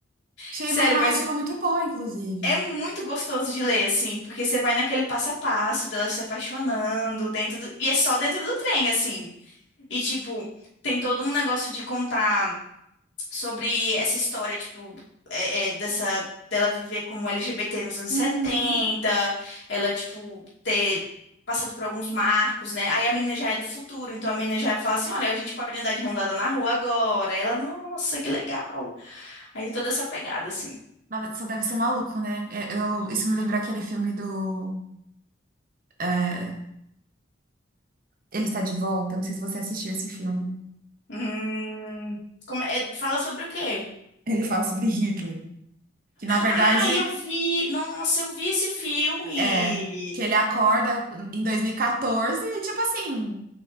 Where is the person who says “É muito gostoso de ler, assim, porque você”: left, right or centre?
Left